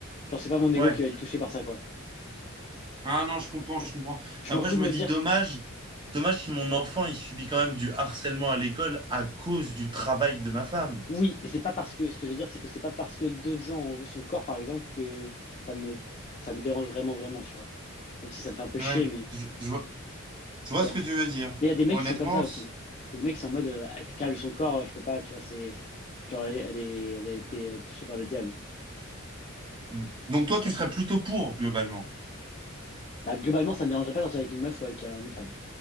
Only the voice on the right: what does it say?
Ouais.
Ah non, je comprends, je comprends.
Après,
je
me
dis
dommage,
dommage si mon enfant, il subit quand même du harcèlement à l'école à cause du travail de ma femme.
Ouais,
je, je vois, je vois
ce
que tu veux dire.
Honnêtement,
c-
Mm. donc
toi,
tu
serais plutôt pour, globalement.